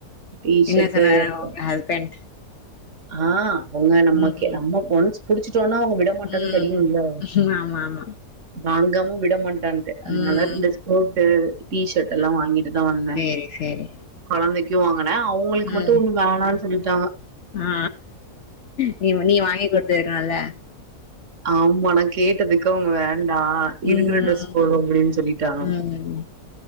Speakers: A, on the right; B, on the left.
A: டீஷட்டு
B: என்ன சொன்னாரு
A: அப்ரோ
B: உங்க ஹஸ்பண்ட்
A: ஆ உங்க நம்மகே
B: ம்
A: நம்ம போனுச் புடிச்சிட் டோன்னா அவங்க விட மாட்டான்னு
B: ம்
A: தெரியும்ல்ல?
B: ஆமா ஆமா
A: வாங்கமு விடமாட் தன்டே அத்னால
B: ம்
A: ரிண்டுஸ் போட்டு டீஷட் எல்லா வாங்கிட ப்தா வந்த
B: சேரி சேரி
A: கொழந்தைக்கி க்யுவாங் வன அவுங்களுக்
B: ம்
A: மட்டு ஒன்னு வேணான் சொல்லிட்டாங்க
B: ஆ நீவ் நீ வாங்கி குட்த்ததுனால
A: ஆம் வணக் கேட்டதுக்கு அவுங்க வேண்டா இருக்குற
B: ம்
A: ட்ரெஸ் போது அப்புடின் சொல்லிட்டாங்க
B: ம்